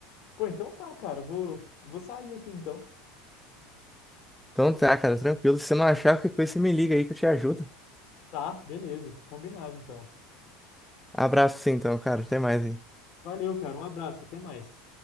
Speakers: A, on the left; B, in the centre.
A: Pô, então tá, cara. Eu Vou, vou sair aqui então.
B: Então tá, cara, tranquilo. Se você não achar qualquer coisa, você me liga aí que eu te ajudo.
A: Tá, beleza. Combinado então.
B: Abraço, sim, então, cara. Até mais aí.
A: Valeu, cara. Um abraço. Até mais.